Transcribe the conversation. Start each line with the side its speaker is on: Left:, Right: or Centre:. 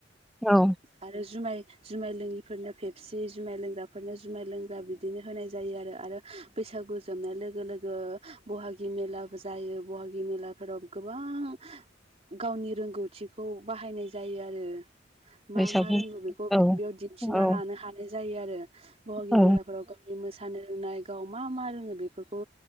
Centre: औ
Right: आरो जुमाय जुमाय लोङिफोरनो फेबसे जुमाय लोंग्राफोरनो जुमाय लोंग्रा बिदिनो होनाय जायो आरो। आरो बैसागु जोबनाय लोग लोगो लोगो बहागि मेलाबो जायो बहागि मेलाफोराव गोबां गावनि रोंगौथिखौ बाहायनाय जायो आरो। मा
Centre: बैसागु
Right: मा रोंगौ बेखौ बे
Centre: औ
Right: बेयाव दिन्थिना
Centre: औ
Right: लानो हानाय जायो आरो। बहागि
Centre: औ
Right: मेलाफोराव <unintelligible> मोसानो रोंनाय गाव मा मा रोङो बेफोरखौ